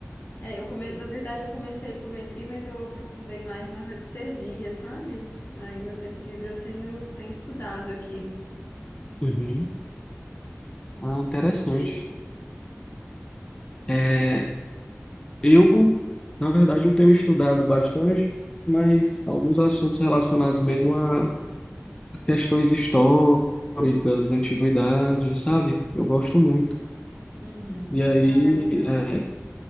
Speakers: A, on the left (about 45°); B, on the left (about 20°).
A: É, eu come... Na verdade, eu comecei a hipometria, mas eu aprofundei mais na radiestesia, sabe? Aí, meu tempo livre eu tenho, tenho estudado aqui.
B: Uhum. Ah, interessante.
A: E você?
B: É, eu, na verdade, eu tenho estudado bastante, mas alguns assuntos relacionados mesmo a a questões históricas, antiguidades, sabe? Eu gosto muito.
A: Uhum.
B: E aí,
A: Ah, legal.
B: é,